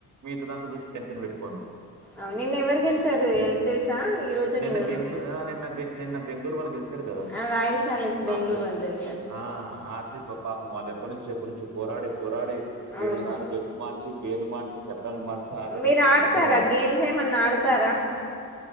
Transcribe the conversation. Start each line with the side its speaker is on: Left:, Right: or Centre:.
Right: మిగతాదంతా చూసి టెన్షన్ పెట్టుకోను
Centre: ఆ నిన్న ఎవరు గెలిచారో తెలుసా ఈరోజు
Right: నిన్న
Centre: నిన్నను
Right: బెంగళూరు ఆ నిన్న బెంగళూరు వాళ్లు గెలిచిరు కదా
Centre: ఆ రాయల్ ఛాలెంజ్ బెంగళూరు
Right: ఆర్స్
Centre: వాళ్ళు గెలిచారు
Right: ఆ ఆర్ పాపం వాళ్ళు ఎప్పటి నుంచి ఎప్పటి నుంచి పోరాడి పోరాడి
Centre: అవును
Right: ఏడు సార్లు జట్టు మార్చి పేర్లు మార్చి కెప్టెన్లు మార్చి ఆఖరికి
Centre: మీరు
Right: ఇప్పుడు
Centre: ఆడతారా
Right: గెలిచారు వాళ్ళు
Centre: గేమ్స్ ఏమన్నా ఆడతారా